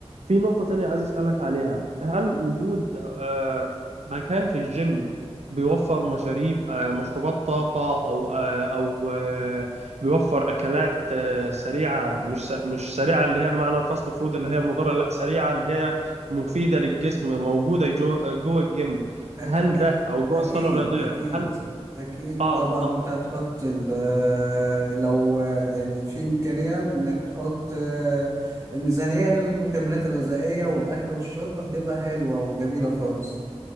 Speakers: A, on the right; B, on the right.
A: في نقطة تانية عايز أسألك عليها هل وجود آه، مكان في الجيم بيوفر مشاريب آه، مشروبات طاقة أو آه، أو آه، بيوفر أكلات آه، سريعة مش س- مش سريعة اللي هي بمعنى الفاست فود اللي هي مضرة لا سريعة اللي هي مفيدة للجسم موجودة جوه جوه الجيم
B: أك
A: هل ده
B: أك
A: أو جوه
B: أكيد
A: الصالة الرياضية
B: أكيد
A: هل
B: أكيد
A: آه
B: طبعا
A: بالظبط
B: أنت هتحط ال- لو يعني في إمكانية إنك تحط آه، ميزانية للمكملات الغذائية والأكل والشرب هتبقى حلوة وجميلة خالص